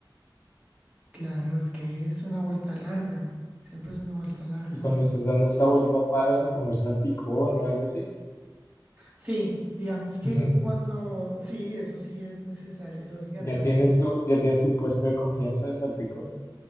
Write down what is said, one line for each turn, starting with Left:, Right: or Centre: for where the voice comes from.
Right: claro, es que es una vuelta larga, siempre es una vuelta larga.
Left: Y cuando estás dando esta vuelta, paras a comer salpicón o algo así.
Right: Sí, digamos
Left: <laughs>
Right: que cuando, sí, eso sí es necesario, es obligatorio.
Left: Ya tienes tu, ya tienes tu puesto de confianza de salpicón